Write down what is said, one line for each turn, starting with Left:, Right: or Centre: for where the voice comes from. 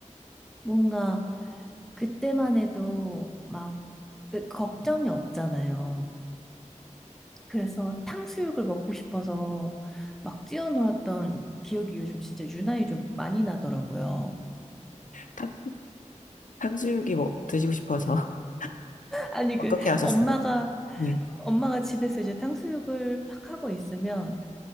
Centre: <laughs> 뭔가 그때만 해도 막 으, 걱정이 없잖아요. 그래서 탕수육을 먹고 싶어서 막 뛰어놀았던 기억이 요즘 진짜 유난히 좀 많이 나더라고요.
Left: 탕, 탕수육이 뭐 드시고 싶어서 <laughs>
Centre: <laughs> 아니,
Left: 어떻게
Centre: 그,
Left: 하셨어요?
Centre: 엄마가,
Left: 네.
Centre: 엄마가 집에서 이제 탕수육을 막 하고 있으면